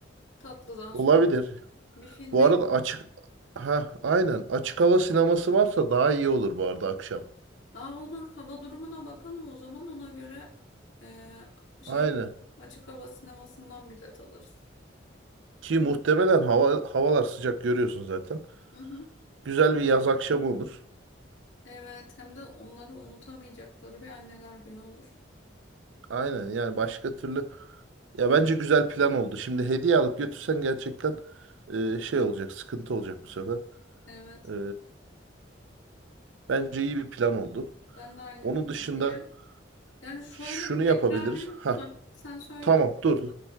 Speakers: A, on the left (about 85°); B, on the right (about 80°).
A: Tatlıdan
B: olabilir.
A: sonra. Bir filme
B: Bu arada
A: git-
B: açık ha aynen açık hava sineması varsa daha iyi olur bu arada akşam.
A: Aa olur. Hava durumuna bakalım o zaman ona göre e, şey
B: Aynen.
A: açık hava sinemasından bilet alırız.
B: Ki muhtemelen hava, havalar sıcak görüyorsun zaten.
A: Hı hı.
B: Güzel bir yaz akşamı olur.
A: Evet hem de onları unutamayacakları bir anneler günü olur.
B: Aynen yani başka türlü ya bence güzel plan oldu. Şimdi hediye alıp götürsen gerçekten e, şey olacak, sıkıntı olacak bu sefer.
A: Evet.
B: E, bence iyi bir plan oldu.
A: Ben de aynı
B: Onun
A: fikirdeyim.
B: dışında
A: Yani şöyle
B: şunu
A: bir tekrarlayayım.
B: yapabiliriz. Ha
A: Heh, sen söyle.
B: tamam dur.